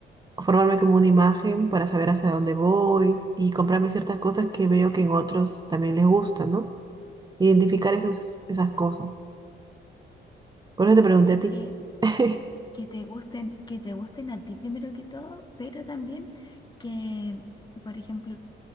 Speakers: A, on the right (about 20°); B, on the left (about 20°).
A: Formarme como una imagen para saber hacia dónde voy y comprarme ciertas cosas que veo que en otros también les gusta, ¿no? Identificar esos, esas cosas. Por eso te pregunté
B: Es
A: a ti.
B: que
A: <laughs>
B: que te gusten, que te gusten a ti primero que todo, pero también que, por ejemplo,